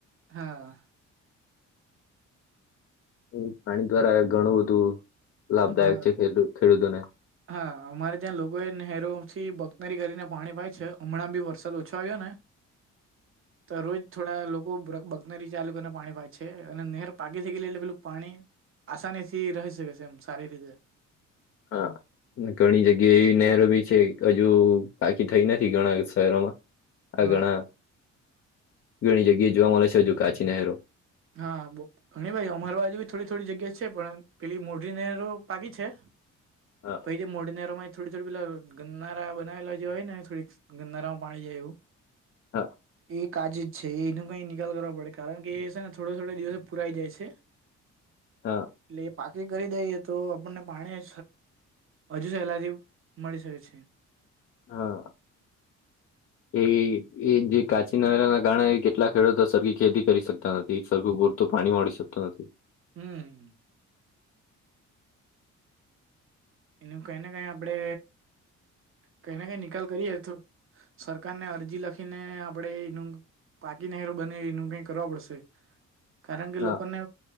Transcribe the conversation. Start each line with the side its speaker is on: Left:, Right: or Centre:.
Right: હા
Left: એ પાણી દ્વારા ઘણું બધું લાભદાયક
Right: હા
Left: છે, ખેડૂતોને
Right: હા અમારે ત્યાં લોકો એ નહેરોથી બકતરી કરીને પાણી પાય છે હમણાં બી વરસાદ ઓછો આવ્યો ને તો રોજ થોડા લોકો બકનરી ચાલુને પાણી પા છે અને નહેર પાકી થ ગયે એટલે પેલું પાણી આસાનીથી રહી શકે છે, એમ સારી રીતે
Left: હા ઘણી જગ્યા એવી નહેર બી છે હજુ બાકી થઈ નથી ઘણા શહેરોમાં આ
Right: હા
Left: ઘણા ઘણી જગ્યાએ જોવા મળે છે હજુ કાચી નહેરો
Right: હા ઘણી ભાઈ અમાર બાજુ બી થોડી થોડી જગ્યા છે પણ પેલી મોટી નહેરો બાકી છે.
Left: હ
Right: એ મોટી નેરો માં થોડી થોડી પેલા ગરનારા બનાવેલા જે હોય ને થોડીક ગરનારામાં પાણી જાય એવુ
Left: હા
Right: એ કાજે જ છે એનો કઈ નિકાલ કરવા પડે કારણ કે એ થોડો થોડા દિવસો પુરાઈ જાય છે.
Left: હા
Right: એટલે એ પાકી કરી દઈએ તો આપણને પાણી હજુ સહેલાથી મળી શકે છે.
Left: હા એ એ જે કાચી નરા ના કારણે કેટલા ખેડૂતો સરખી ખેતી કરી શકતા નથી સરખુ તો પાણીમાં શકતો નથી.
Right: હમ્મ એનું કઈને કઈ આપડે કઈ ને કઈ નિકાલ કરીએ તો સરકારને અરજી લખીને આપણેે એનુ પાકી નહેરો બને એનું કઈ કરવા પડશે કારણ કે
Left: હા
Right: લોકોને